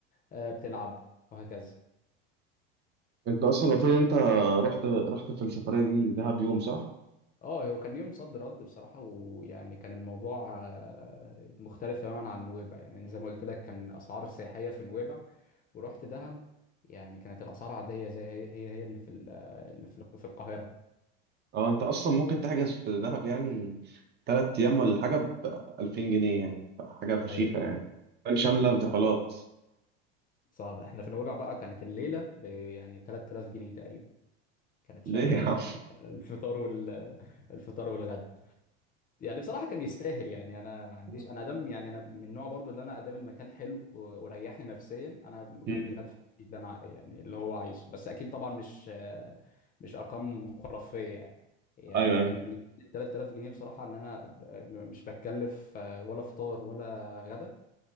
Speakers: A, on the left; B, on the right.
A: آه، بتلعب وهكذا
B: انت اصلا قلت لي إن انت رحت رحت في السفريه دي دهب يوم صح
A: اه هو كان يوم صد رد بصراحة ويعني كان الموضوع آه، مختلف تماما عن نويبع يعني زي ما قلت لك كان أسعار سياحية في نويبع ورحت دهب يعني كانت الأسعار عادية زي هي هي, هي اللي في ال- آه، اللي في ال- في القاهرة
B: اه انت اصلا ممكن تحجز في دهب يعني ثلاث ايام ولا حاجه ب 2000 جنيه يعني حاجه فشيخه
A: ايوه
B: يعني كان
A: صح
B: شامله
A: بصراحة
B: انتقالات
A: صعب احنا في نويبع بقى كانت الليلة ب يعني 3000 جنيه تقريبا كانت شاملة
B: ليه يا عم
A: الفطار وال الفطار والغدا يعني بصراحه كان يستاهل يعني انا ما عنديش
B: <laughs>
A: انا ادم يعني انا من النوع برضو اللي انا ادام المكان حلو و- وريحني نفسيا انا ممكن
B: مم.
A: ادفع فيه اللي انا ع- يعني اللي هو عايزه بس اكيد طبعا مش آه، مش ارقام خرافيه يعني يعني
B: ايوه ايوه
A: كانت بالنسبه لي 3000 جنيه بصراحه ان انا ب- مش بتكلف آه، ولا فطار ولا غدا